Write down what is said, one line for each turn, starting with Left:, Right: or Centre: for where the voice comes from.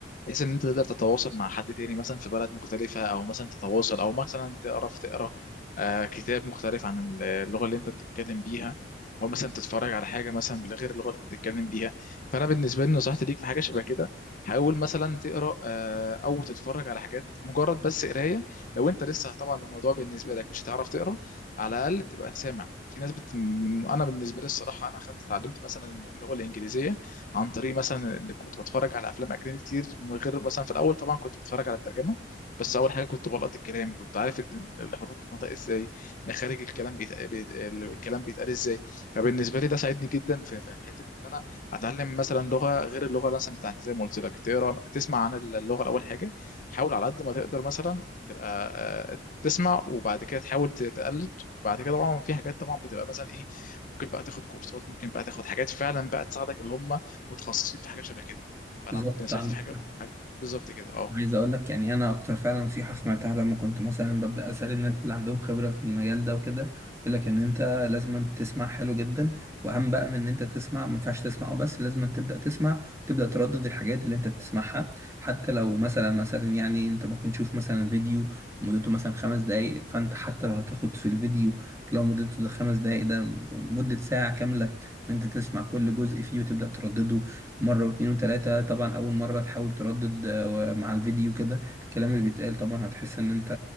Left: بحيث ان انت تقدر تتواصل مع حد تاني مثلا في بلد مختلفة او مثلا تتواصل او مثلا تعرف تقرا آه، كتاب مختلف عن اللغة اللي انت بتتكلم بيها او مثلا تتفرج على حاجة مثلا بغير اللغة اللي انت بتتكلم بيها فانا بالنسبة لي نصيحتي ليك في حاجة شبه كده حاول مثلا تقرا آه، او تتفرج على حاجات مجرد بس قراية لو انت لسه طبعا الموضوع بالنسبة لك مش هتعرف تقرا على الاقل تبقى سامع في ناس بت... من... انا بالنسبة لي الصراحة انا خدت اتعلمت مثلا اللغة الانجليزية عن طريق مثلا إن كنت بتفرج على افلام اجنبي كتير من غير مثلا في الاول طبعا كنت بتفرج على الترجمه بس اول حاجه كنت بلقط الكلام كنت عارف ال- الحروف بتنطق ازاي مخارج الكلام بيت... بيت... الكلام بيتقال ازاي فبالنسبه لي ده ساعدني جدا في في حته ان انا اتعلم مثلا لغه غير اللغه مثلا بتاعتي زي ما قلت لك تقرا تسمع عن اللغه الاول حاجه حاول على قد ما تقدر مثلا تبقى آه، تسمع وبعد كده تحاول ت- تقلد بعد كده طبعا في حاجات طبعا بتبقى مثلا ايه ممكن بقى تاخد كورسات ممكن بقى تاخد حاجات فعلا بقى تساعدك اللي هم متخصصين في حاجه شبه كده فانا
Right: بالظبط
Left: نصيحتي
Right: عندك
Left: في حاجه
Right: حق.
Left: حاجه بالظبط كده اه
Right: عايز اقول لك يعني انا اكتر فعلا نصيحه سمعتها لما كنت مثلا ببدا اسال الناس اللي عندهم خبره في المجال ده وكده يقول لك ان انت لازم تسمع حلو جدا واهم بقى من ان انت تسمع ما ينفعش تسمع وبس لازم تبدا تسمع تبدا تردد الحاجات اللي انت بتسمعها حتى لو مثلا مثلا يعني انت ممكن تشوف مثلا فيديو مدته مثلا خمس دقايق فانت حتى لو هتاخد في الفيديو لو مدته ده خمس دقايق ده مده ساعه كامله ان انت تسمع كل جزء فيه وتبدا تردده مرة واتنين وتلاتة طبعا أول مرة تحاول تردد آه، مع الفيديو كده الكلام اللي بيتقال طبعا هتحس إن أنت